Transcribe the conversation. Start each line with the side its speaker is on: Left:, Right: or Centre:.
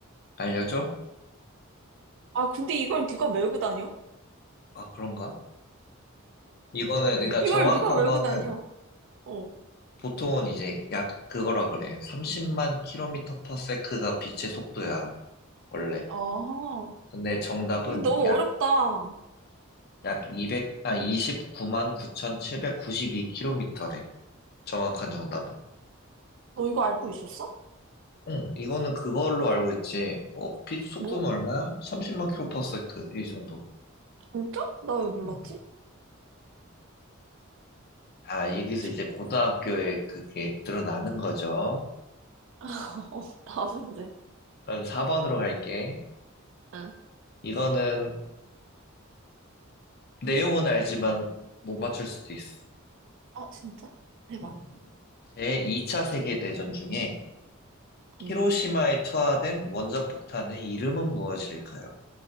Left: 알려줘?
Right: 아, 근데 이걸 누가 메고 다녀?
Left: 아, 그런가? 이거는, 그러니까
Right: 이걸
Left: 정확한
Right: 누가 메고
Left: 거는
Right: 다녀? 어,
Left: 보통은 이제 약 그거라 그래. 30만 킬로미터 퍼 세크가 빛의 속도야, 원래.
Right: 아
Left: 근데 정답은
Right: 이게 너무
Left: 약,
Right: 어렵다. 너
Left: 약 200, 아, 29만 9,792 킬로미터래. 정확한 정답은.
Right: 이거 알고 있었어?
Left: 응, 이거는 그걸로 알고 있지. 어, 빛 속도는
Right: 뭐?
Left: 얼마야? 30만 킬로 퍼 세크, 이 정도.
Right: 진짜? 나 왜 몰랐지?
Left: 음. 아,
Right: <laughs>
Left: 여기서 이제 고등학교에 그게 드러나는 거죠.
Right: 어, 나쁜데.
Left: 그럼 4번으로 갈게.
Right: 응.
Left: 이거는 내용은 알지만 못 맞출 수도 있어.
Right: 어, 진짜? 해봐.
Left: 응. 제2차 세계대전 중에
Right: 어,
Left: 히로시마에 투하된 원자폭탄의 이름은 무엇일까요?